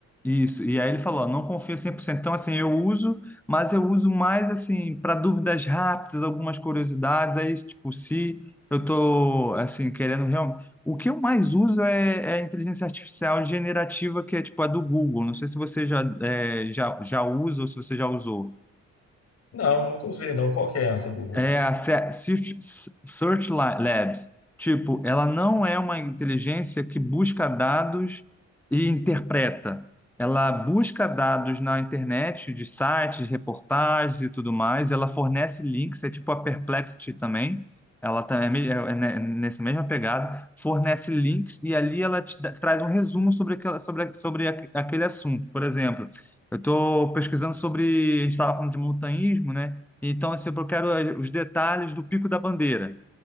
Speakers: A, in the centre; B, on the left.
A: Isso, e aí ele falou, ó, não confio cem por cento Então, assim, eu uso, mas eu uso mais, assim, para dúvidas rápidas, algumas curiosidades. Aí, tipo, se eu tô, assim, querendo realmente... O que eu mais uso é, é a inteligência artificial generativa, que é, tipo, a do Google. Não sei se você já, é, já, já usa ou se você já usou.
B: Não, nunca usei, não. Qual que é essa do...
A: É a Se- Search Search La- Labs. Tipo, ela não é uma inteligência que busca dados e interpreta. Ela busca dados na internet, de sites, reportagens e tudo mais. Ela fornece links, é tipo a Perplexity também. Ela também é, me- é- é ne- é nessa mesma pegada, fornece links e ali ela te dá- traz um resumo sobre, aquela, sobre, a- sobre a- aquele assunto. Por exemplo, eu estou pesquisando sobre, a gente estava falando de montanhismo, né? Então, assim, eu quero eh, os detalhes do Pico da Bandeira.